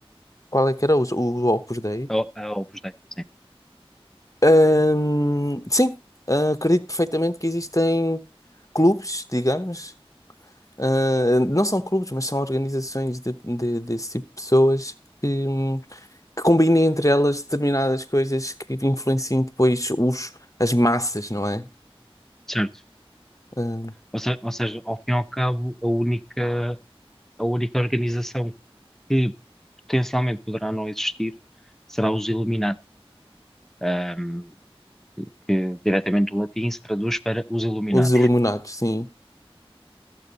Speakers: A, on the left; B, in the centre.
A: Qual é que era o, o Opus Dei?
B: A, a Opus Dei, sim.
A: Ahm, sim, ah, acredito perfeitamente que existem clubes, digamos. Ah, não são clubes, mas são organizações de, de- desse tipo de pessoas que, hum, que combinem entre elas determinadas coisas que influenciem depois os, as massas, não é?
B: Certo.
A: Ah,
B: Ou, se- ou seja, ao fim e ao cabo, a única, a única organização que potencialmente poderá não existir será os Illuminati, ahm, que diretamente do latim se traduz para os iluminados.
A: os iluminados, sim.